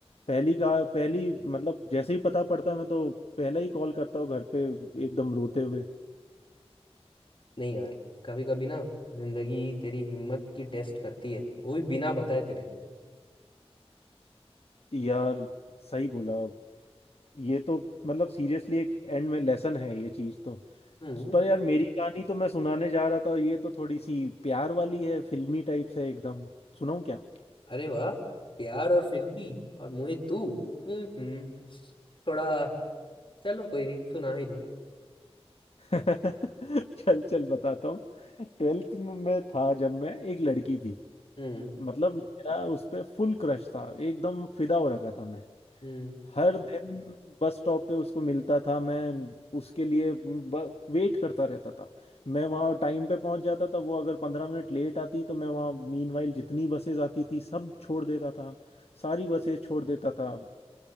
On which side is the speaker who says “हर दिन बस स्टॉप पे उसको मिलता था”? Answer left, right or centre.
Left